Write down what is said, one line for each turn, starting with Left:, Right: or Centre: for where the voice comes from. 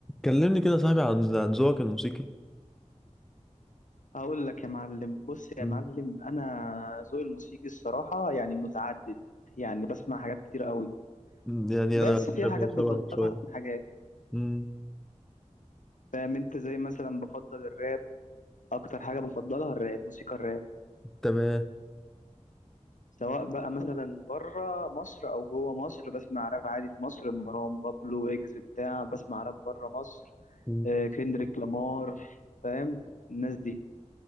Centre: كلمني كده يا صاحبي عن عن ذوقك الموسيقي
Left: هقول لك يا معلم بص يا
Centre: مم.
Left: معلم انا ذوقي الموسيقي الصراحه يعني متعدد يعني بسمع حاجات كتير قوي
Centre: مم. يعني
Left: بس
Centre: انا
Left: في
Centre: شبه
Left: حاجات بفضلها
Centre: شبهك شويه
Left: عن حاجات
Centre: مم.
Left: فاهم انت زي مثلا بفضل الراب اكتر حاجه بفضلها الراب موسيقى الراب
Centre: تمام
Left: سواء بقى مثلا بره مصر او جوه مصر بسمع راب عادي في مصر مروان بابلو ويجز بتاع بسمع راب بره مصر
Centre: مم.
Left: آه، كندريك لامار فاهم الناس دي